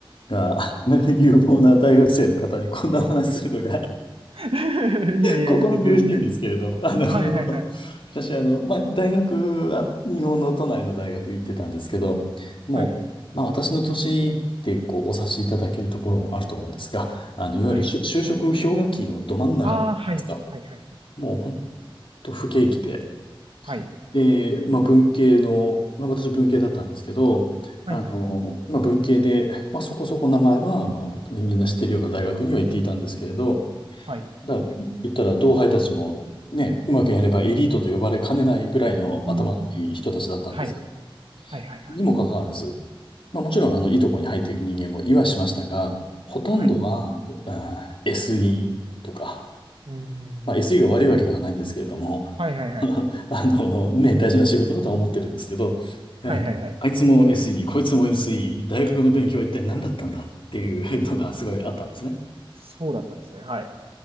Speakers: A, on the left (about 65°); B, on the right (about 80°).
A: が <laughs> 有望な大学生の方にこんなお話するのが
B: <laughs> いやいやいや、
A: 心苦しいんですけれど、
B: もう全然。
A: <laughs> あの、<laughs>
B: はいはいはい。
A: 私、あの、まあ、大学は日本の都内の大学行ってたんですけど、もう、
B: はいはいはい。
A: まあ、私の年でこうお察しいただけるところもあると思うんですが、あの、いわゆる就就職氷河期のど真ん中なんですと、
B: はいはい。ああ、はいはいはいはい。
A: もう本当不景気で、
B: はい。
A: で、まあ、文系の、まあ、私文系だったんですけど、
B: はいはいはい。
A: あの、まあ、文系で、まあ、そこそこ名前は、まあ、みんな知ってるような大学には行っていたんですけれど、
B: はい。
A: だから言ったら同輩たちもね、うまくやればエリートと呼ばれかねないぐらいの頭のいい人たちだったんです。
B: うん。はい。はいはいはい。
A: にもかかわらず、まあもちろんあのいいとこに入っていく人間もいはしましたが、ほとんどは、
B: はい。
A: あ SE とか、
B: うん。
A: まあ、SE が悪いわけではないんですけれども、
B: はいはいはいはい。
A: <laughs> あのね、大事な仕事だとは思ってるんですけど、うんあいつも
B: はいはいはい。
A: SE、こいつも SE、大学の勉強は一体何だったんだっていうのがすごいあったんですね。
B: そうだったんですね。はい。